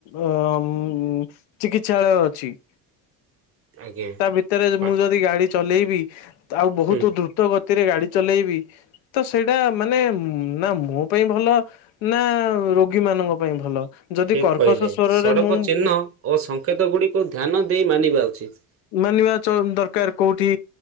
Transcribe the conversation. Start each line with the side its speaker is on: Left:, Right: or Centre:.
Left: ଆ ମ୍ ଚିକିତ୍ସାଳୟ ଅଛି? ହ
Right: ଆଜ୍ଞା
Left: ତା ଭିତରେ
Right: ପା
Left: ମୁଁ ଯଦି ଗାଡି ଚଲେଇବି, ଆଉ ବହୁତ
Right: ହୁଁ
Left: ଦ୍ରୁତ ଗତିରେ ଗାଡି ଚଲେଇବି ତ ସେଇଟା ମାନେ ନା ମୋ ପାଇଁ ଭଲ ନା ରୋଗୀ ମାନ ମାନଙ୍କ ପାଇଁ ଭଲ ଯଦି
Right: ଠିକ
Left: କର୍କଶ
Right: କହିଲେ।
Left: ସ୍ଵରରେ
Right: ସଡ଼କ
Left: ମୁଁ
Right: ଚିହ୍ନ ଓ ସଂଙ୍କେତ ଗୁଡିକୁ ଧ୍ୟାନ ଦେଇ ମାନିବା ଉଚିତ।
Left: ମାନିବା ଦରକାର କୋଉ କୋଉଠି